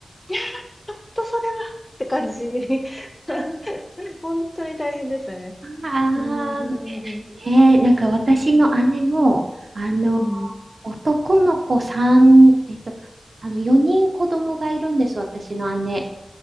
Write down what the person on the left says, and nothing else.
やー、ちょっとそれはって感じに <laughs> 本当に大変ですね。
うーん。
うん。
うん